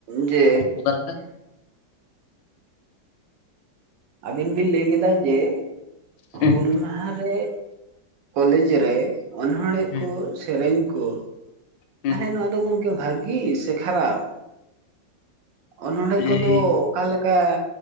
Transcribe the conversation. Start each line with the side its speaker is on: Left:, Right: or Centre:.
Right: ᱡᱮ
Left: ᱚᱠᱟ ᱞᱮᱠᱟ
Right: ᱟᱹᱵᱤᱱ ᱵᱤᱱ ᱞᱟᱹᱭ ᱠᱮᱫᱟ ᱡᱮ
Left: ᱦᱩᱸ
Right: ᱦᱩᱞ ᱢᱟᱦᱟᱸ ᱨᱮ ᱠᱚᱞᱮᱡᱽ ᱨᱮ ᱚᱱᱚᱬᱦᱮ
Left: ᱦᱩᱸ
Right: ᱠᱚ ᱥᱮᱨᱮᱧ ᱠᱚ
Left: ᱦᱩᱸ
Right: ᱛᱟᱦᱚᱞᱮ ᱱᱚᱣᱟ ᱫᱚ ᱜᱚᱝᱠᱮ ᱵᱷᱟᱜᱤ ᱥᱮ ᱠᱷᱟᱨᱟᱯ? ᱚᱱᱚᱬᱦᱮ
Left: ᱦᱮᱸ
Right: ᱠᱚᱫᱚ ᱚᱠᱟ ᱞᱮᱠᱟ